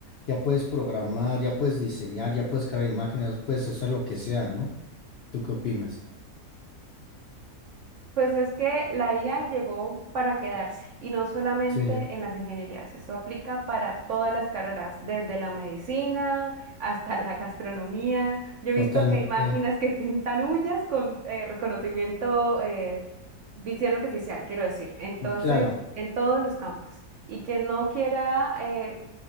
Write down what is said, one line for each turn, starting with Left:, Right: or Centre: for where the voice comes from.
Left: ya puedes programar, ya puedes diseñar, ya puedes crear imágenes, puedes hacer lo que sea, ¿no? ¿Tú qué opinas?
Right: Pues es que la IA llegó para quedarse y no solamente
Left: Sí,
Right: en las ingenierías, eso aplica para todas las carreras, desde la medicina hasta la gastronomía. Yo he
Left: totalmente.
Right: visto que hay máquinas que pintan uñas con eh, reconocimiento, eh, visión artificial, quiero decir, entonces
Left: Claro,
Right: en todos los campos. Y quien no quiera eh,